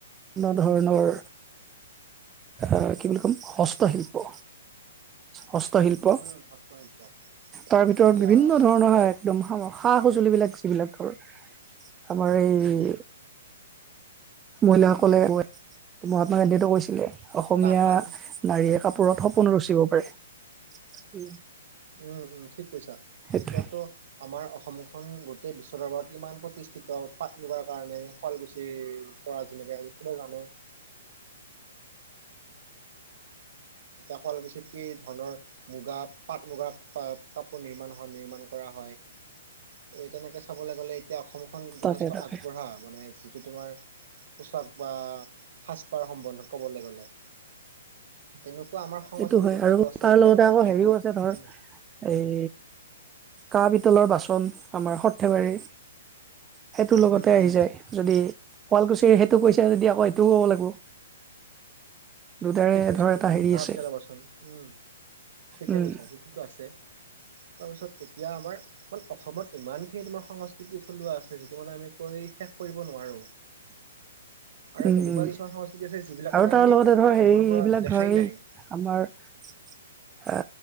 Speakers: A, on the right; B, on the right.
A: বিভিন্ন ধৰণৰ অ কি বুলি ক'ম হস্তশিল্প। হস্তশিল্প,
B: উম হস্তশিল্প
A: তাৰ ভিতৰত
B: এতিয়া
A: বিভিন্ন
B: সেইটোতো
A: ধৰণৰ হয় একদম সামগ সা-সজুলিবিলাক যিবিলাক ধৰ আমাৰ এই
B: উম
A: মহিলাসকলে ক মহাত্মা গান্ধীয়েতো কৈছিলে অসমীয়া
B: তাঁতশাল
A: নাৰীয়ে কাপোৰত সপোনো ৰচিব পাৰে।
B: উম উম ঠিক কৈছা,
A: সেইটোৱে।
B: এতিয়াতো আমাৰ অসমখন গোটেই বিশ <unintelligible> ইমান প্ৰতিষ্ঠিত পাট মুগাৰ কাৰণে শুৱালকুছিৰ পৰা যেনেকৈ চবে জানে। এতিয়া শুৱালকুছিত কি ধৰণৰ মুগা পাট মুগাৰ কাপোৰ নিৰ্মাণ হয় নিৰ্মাণ কৰা হয়। এ তেনেকে চাবলৈ গ'লে এতিয়া অসমখন
A: তাকে
B: যথেষ্ট
A: তাকে।
B: আগবঢ়া মানে যি যিটো তোমাৰ পোচাক বা সাজপাৰ সম্বন্ধত ক'বলৈ গ'লে। তেনেকুৱা আমাৰ সংস্কৃতি
A: সেইটো হয়
B: যথেষ্ট
A: আৰু
B: আছে
A: তাৰ
B: এতিয়া
A: লগতে
B: আমাৰ
A: আকৌ
B: বিহু
A: হেৰিও আছে ধৰ
B: উম
A: এই কাঁহ পিতলৰ বাচন আমাৰ সৰ্থেবাৰীৰ। সেইটো লগতে
B: উম
A: আহি
B: উম
A: যায় যদি শুৱালকুছি সেইটো কৈছা যদি আকৌ সেইটোও ক'ব লাগিব। দুটাৰে
B: ঠিক কৈছা
A: ধৰ
B: ঠিক
A: এটা
B: কৈছা
A: হেৰি
B: কাঁহ-পিতলৰ
A: আছে
B: বাচন উম ঠিকে
A: উম
B: কৈছা সেইটোতো আছে। তাৰপিছত এতিয়া আমাৰ অসমত ইমানখিনি তোমাৰ সংস্কৃতি থলুৱা আছে যিটো মানে আমি কয় শেষ কৰিব নোৱাৰো।
A: <inaudible>
B: আৰু
A: উম
B: এনেকুৱা
A: উম
B: কিছুমান সংস্কৃতি আছে যিবিলাক
A: আৰু
B: মানে
A: তাৰ
B: আমি
A: লগতে ধৰ
B: জন্মৰ
A: হেৰি
B: পৰা
A: এইবিলাক
B: দেখাই
A: ধৰ
B: নাই
A: এই আমাৰ এ